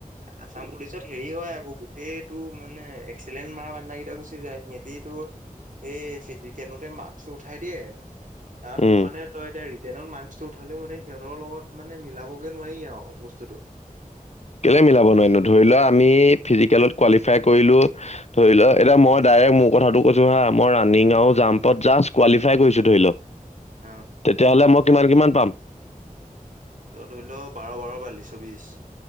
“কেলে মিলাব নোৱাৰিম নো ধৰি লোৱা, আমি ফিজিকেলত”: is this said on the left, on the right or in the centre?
Left